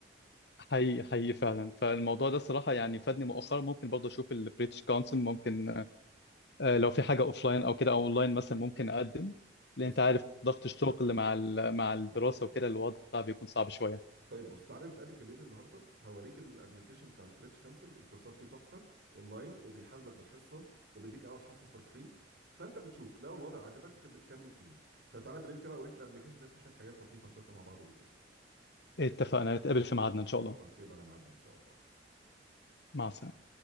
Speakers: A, on the left; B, on the right.
A: حقيقي حقيقي فعلا فالموضوع ده الصراحه يعني فادني مؤخرا ممكن برضه اشوف البريتش كونسل ممكن آه، لو في حاجه اوفلاين او كده او اونلاين مثلا ممكن اقدم لان
B: بص
A: انت عارف ضغط الشغل مع ال- مع الدراسه
B: اه
A: وكده الوضع بيكون صعب شويه
B: طيب بص تعالى نتقابل بالليل النهارده هوريك الابلكيشن بتاع البريتش كانسل الكورسات فيه تحفه اونلاين وبيحاسبك بالحصه وبيديك اول حصه فور فري فانت بتشوف لو الوضع عجبك بتكمل فيهم فتعالى بالليل كده اوريك الابلكيشن ده فيه شويه حاجات لطيفه نشوفها مع بعض بالليل
A: اتفقنا نتقابل في ميعادنا ان شاء الله
B: خلاص يبقى على ميعادنا ان شاء الله
A: مع السلامه